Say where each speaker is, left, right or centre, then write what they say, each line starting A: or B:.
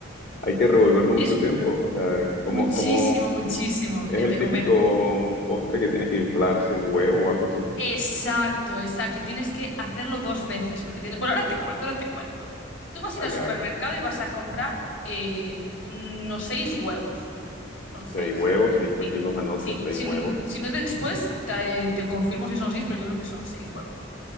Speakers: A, on the left; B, on the left.
A: Hay que revolverlo mucho
B: Es
A: tiempo. O sea,
B: Muchísimo,
A: ¿cómo, cómo
B: muchísimo.
A: es
B: Mira,
A: el
B: te
A: típico
B: comento.
A: postre que tiene que inflarse el huevo o algo así?
B: Exacto, exacto. Y tienes que hacerlo dos veces, porque tiene... Bueno, ahora te cuento, ahora te cuento. Tú vas
A: Dale,
B: a ir al supermercado
A: dale.
B: y vas a comprar eh, unos seis huevos. Creo que son seis.
A: Seis huevos, listo,
B: Sí,
A: aquí los anoto,
B: sí.
A: seis
B: Si,
A: huevos.
B: si no, después
A: Ujú,
B: te, te confirmo si son seis, pero yo creo que son seis huevos.